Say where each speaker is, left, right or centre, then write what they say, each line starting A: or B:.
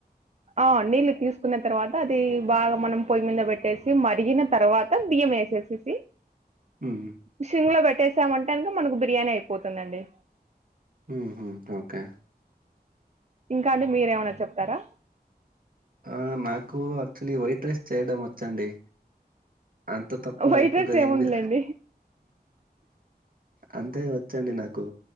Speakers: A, on the right (about 45°); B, on the right (about 60°).
A: ఆ నీళ్ళు తీసుకున్న తర్వాత అది బాగా మనం పొయ్యి మీద పెట్టేసి మరిగిన తర్వాత బియ్యం ఏస్ చేసేసి
B: ఉమ్
A: సిమ్ లో పెట్టేసామంటంక మనకు బిర్యానీ అయిపోతుందండి.
B: ఉహ్మ్ ఓకే
A: ఇంకా అండి మీరేమన్న చెప్తారా
B: ఆ నాకు యాక్చువల్లీ వైట్ రైస్ చేయడం వచ్చండి. అంత తప్ప
A: వైట్
B: ఎక్కువగా
A: రైస్ ఏముందిలేండి
B: ఏమి అంతే వచ్చండి నాకు,